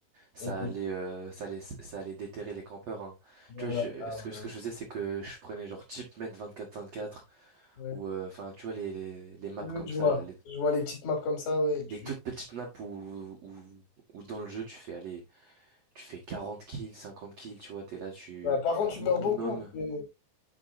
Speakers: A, on the right; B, on the left.
A: Ça
B: Ok.
A: allait, euh, ça allait, ça allait déterrer les campeurs. hein.
B: Voilà.
A: Tu vois, je-
B: ah,
A: ce que,
B: voilà.
A: ce que je faisais, c'est que je prenais genre CheapMate 24-24
B: Ouais.
A: ou euh, enfin, tu vois, les, les, les maps
B: Oui,
A: comme
B: oui, je
A: ça,
B: vois.
A: là, les,
B: Je vois les petites maps comme ça, ouais.
A: les
B: Tu...
A: toutes petites maps où, où, où dans le jeu, tu fais aller, tu fais 40 kills, 50 kills, tu vois, t'es là, tu
B: Ouais, par contre, tu
A: minimum,
B: meurs beaucoup. mais-